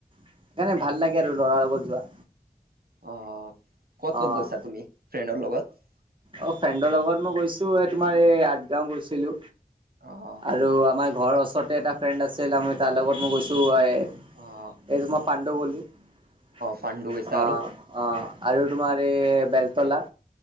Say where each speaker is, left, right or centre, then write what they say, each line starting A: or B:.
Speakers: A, on the right; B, on the right.
A: সেইকাৰণে ভাল লাগে আৰু লৰাৰ লগত যোৱা।
B: আহ ক'ত
A: অ',
B: ক'ত গৈছা তুমি ফ্ৰেণ্ডৰ লগত?
A: অ' ফ্ৰেণ্ডৰ লগত মই গৈছোঁ এ তোমাৰ এই আঠগাও গৈছিলোঁ।
B: অ',
A: আৰু আমাৰ ঘৰৰ ওচৰতে এটা ফ্ৰেণ্ড আছিল আমি তাৰ লগত মই গৈছো এ
B: অ',
A: এইটো মই পাণ্ড গলো অ'
B: পাণ্ডু গৈছা আৰু
A: অ'। আৰু তোমাৰ এই বেলতলা।